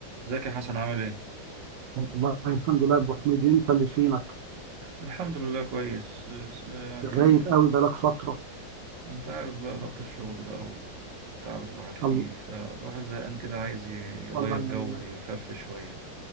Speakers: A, on the right; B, on the right.
A: ازيك يا حسن عامل ايه؟
B: والله الحمد لله يا ابو حميد انت اللي فينك
A: الحمد لله كويس بس يعني
B: غايب قوي بقالك فتره
A: انت عارف بقى ضغط الشغل بقى والتعب اللي الواحد فيه
B: الله
A: فالواحد زهقان كده عايز ي- يغير
B: الله يعينك
A: جو ويفرفش شوية